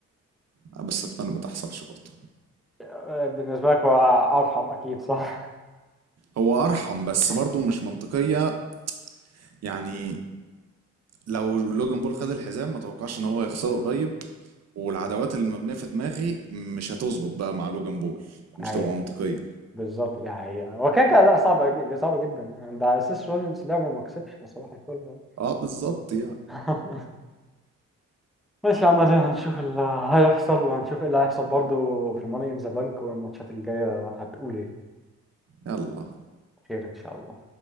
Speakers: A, on the right; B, in the centre.
A: آه، بس اتمنى ما تحصلش برضه
B: آه، بالنسبة لك هو أرحم أكيد صح؟
A: هو ارحم بس
B: <laughs>
A: برضه مش منطقية يعني لو لوجان بول خد الحزام ما توقعش ان هو يخسره قريب والعداوات اللي مبنيه في دماغي مش هتظبط بقى مع لوجان بول ومش
B: أيوه
A: تبقى منطقيه
B: بالظبط دي حقيقة هو كده كده لا صعبة جي- صعبة جدا يعني ده أساس روجنز لعبة وما كسبش فصباح الفل يعني.
A: اه بالظبط يعني
B: <laughs> ماشي يا عم ادينا هنشوف اللي هيحصل وهنشوف ايه اللي هيحصل برضو في الماني ان ذا بانك والماتشات الجاية هتقول ايه
A: يلا
B: خير ان شاء الله